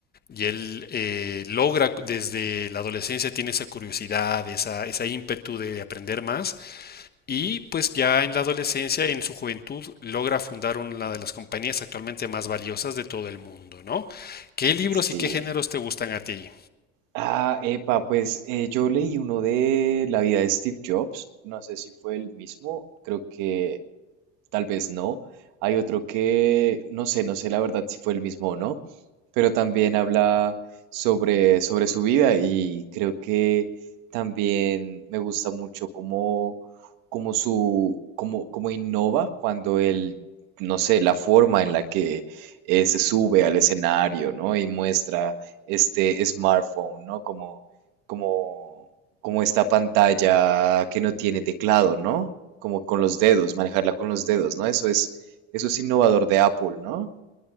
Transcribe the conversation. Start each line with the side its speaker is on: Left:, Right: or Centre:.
Left: y él eh, logra desde la adolescencia, tiene esa curiosidad, esa, esa ímpetu de aprender más y pues ya en la adolescencia, en su juventud, logra fundar una de las compañías actualmente más valiosas de todo el mundo, ¿no? ¿Qué libros
Right: Sí.
Left: y qué géneros te gustan a ti?
Right: Ah, epa, pues eh, yo leí uno de la vida de Steve Jobs, no sé si fue el mismo, creo que tal vez no. Hay otro que, no sé, no sé la verdad si fue el mismo o no, pero también habla sobre, sobre su vida y creo que también me gusta mucho cómo, cómo su, cómo, cómo innova cuando él, no sé, la forma en la que eh, se sube al escenario, ¿no? Y muestra este smartphone, ¿no? Como, como, como esta pantalla que no tiene teclado, ¿no? Como con los dedos, manejarla con los dedos, ¿no? Eso es, eso es innovador de Apple, ¿no?